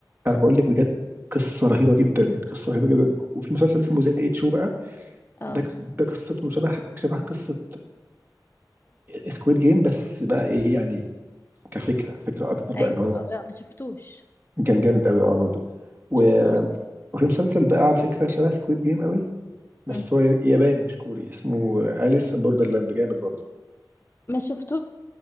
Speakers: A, on the right; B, on the left.
A: انا بقول لك بجد قصه رهيبه جدا قصه رهيبه جدا وفي مسلسل اسمه ذا ايت شو بقى
B: اه
A: ده ده قصته شبه شبه قصه سكويد جيم بس بقى ايه يعني كفكره فكره اكتر بقى
B: ايوه
A: ما هو
B: آه لا ما شفتوش
A: كان جامد قوي اه برضه و-
B: شفتوش
A: وفي مسلسل بقى على فكره شبه سكويد جيم قوي بس
B: مم.
A: هو ياباني مش كوري اسمه اليس ان بوردرلاند جامد برضه
B: ما شفتوش